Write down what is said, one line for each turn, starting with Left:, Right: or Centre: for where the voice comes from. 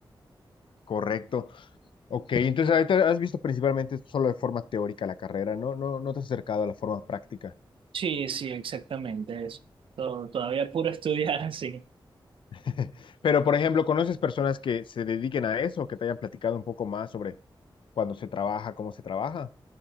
Left: Correcto. Ok, entonces ahorita has visto principalmente solo de forma teórica la carrera, ¿no? No, no te has acercado a la forma práctica.
Right: Sí, sí, exactamente eso. To- todavía puro estudiar <laughs> así.
Left: <laughs> Pero, por ejemplo, ¿conoces personas que se dediquen a eso, que te hayan platicado un poco más sobre cuándo se trabaja, cómo se trabaja?